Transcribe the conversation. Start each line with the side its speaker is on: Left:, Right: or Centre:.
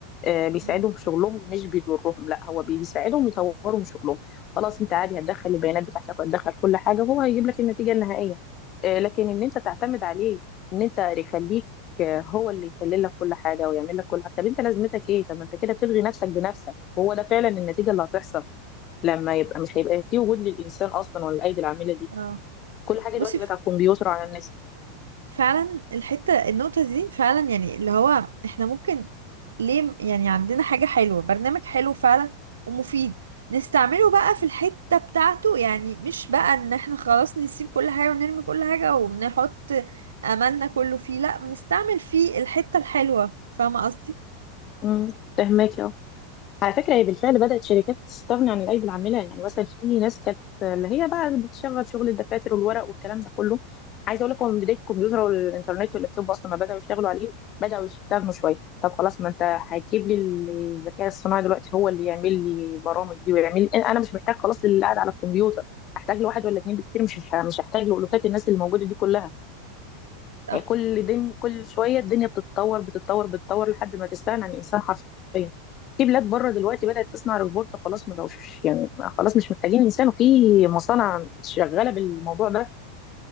Left: آه بيساعدهم
Right: مم.
Left: في شغلهم مش بيضرهم لا هو بيساعدهم يطوروا من شغلهم خلاص انت عادي هتدخل البيانات بتاعتك وهتدخل كل حاجه وهو هيجيب لك النتيجه النهائيه آه لكن ان انت تعتمد عليه ان انت يخليك آه، هو اللي يحل لك كل حاجه ويعمل لك كل حاجه طب انت لازمتك ايه طب ما انت كده بتلغي نفسك بنفسك هو ده فعلا النتيجه اللي هتحصل لما يبقى مش هيبقى في وجود للانسان اصلا ولا الايدي العامله دي
Right: اه
Left: كل حاجه
Right: بصي
Left: دلوقتي
Right: ف-
Left: بقت على الكمبيوتر وعلى النت
Right: فعلا الحتة النقطة دي فعلا يعني اللي هو احنا ممكن ليه م- يعني عندنا حاجة حلوة برنامج حلو فعلا ومفيد نستعمله بقى في الحتة بتاعته يعني مش بقى ان احنا خلاص نسيب كل حاجة ونرمي كل حاجة ونحط املنا كله فيه لا بنستعمل فيه الحتة الحلوة فاهمة قصدي؟
Left: امم فهماك اه على فكره هي بالفعل بدات شركات تستغني عن الايدي العامله يعني مثلا في ناس كانت اللي هي بقى بتشغل شغل الدفاتر والورق والكلام ده كله عايزه اقول لكم من بدايه الكمبيوتر والانترنت واللابتوب اصلا ما بداوا يشتغلوا عليه بداوا يستغنوا شويه طب خلاص ما انت هتجيب لي الذكاء الصناعي دلوقتي هو اللي يعمل لي برامج دي ويعمل لي انا مش محتاج خلاص اللي قاعد على الكمبيوتر احتاج لواحد ولا اتنين بكتير مش مش هحتاج لالوفات الناس اللي موجوده دي كلها
Right: صح.
Left: يعني كل دن كل شويه الدنيا بتتطور بتتطور بتتطور لحد ما تستغنى عن الانسان حرفيا في بلاد بره دلوقتي بدات تصنع روبوت خلاص ما بقوش يعني خلاص مش محتاجين انسان وفي مصانع شغاله بالموضوع ده